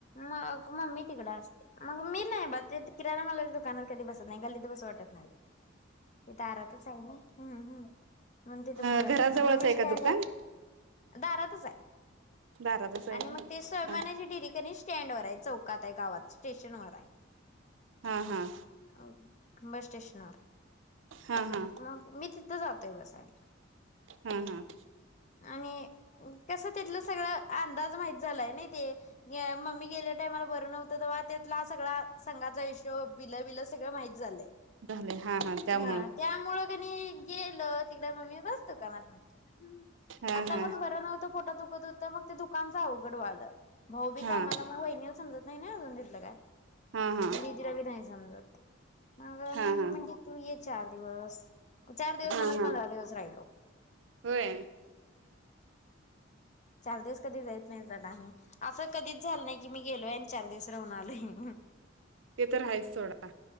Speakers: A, on the left (about 40°); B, on the right (about 75°).
A: मग मम्मी तिकडे असते मग मी नाही बा ते ती किराणा मला दुकानावर कधी बसत नाही गल्लीत बसू वाटत नाहीत. मी दारातच हाय ओ हम्म हम्म म्हन तिथं
B: अ
A: बसू वाटत
B: घराजवळच
A: नाही मन मी
B: आहे
A: स्टँडवर
B: का दुकान
A: दारातच हाय.
B: दारातच. आहे
A: आणि म ते स्वयमानाची
B: हा
A: डिटी कनी स्टँड वर हाय चौकात आय गा आ <unintelligible> वात स्टेशन वर आय.
B: हा हा
A: अं बस स्टेशन वर.
B: हा हा
A: मग मी तिथं जातोय बसायला.
B: हम्म हम्म
A: आणि कसं तिथंल सगळं आंदाज माहित झालाय नाई ते गें मम्मी गेल्या टायमाला बरं नव्हतं तेव्हा त्यातला सगळा संघाचा हिशोब बिलं बिलं सगळं माहित झालंय.
B: झालंय हा हा त्यामुळं
A: हां, त्यामुळं कनी गेलो तिकड मम्मी बस दुकानात म्हणत्या हम्म.
B: हा
A: आता
B: हा
A: पण बरं नव्हतं पोटात दुखत होतं मग ते दुकानचं अवघड वालं भाऊ बी
B: हा
A: कामाला मग वहिनील समजत नाही ना अजून तिथलं काय.
B: हा हा
A: दीदीला बी नाहीस समजत. मगं
B: हा
A: मम्मी
B: हा
A: म्हणती तू ये चार दिवस, चार दिवस
B: हा
A: म्हणत
B: हा
A: पंधरा दिवस राहिलो.
B: होय
A: चार दिवस कधी जायत नाही, <unintelligible> आसं कधीच झाल नाही की मी गेलोये आणि चार दिवस राहून आलोये.
B: ते तर आहेच सोडा.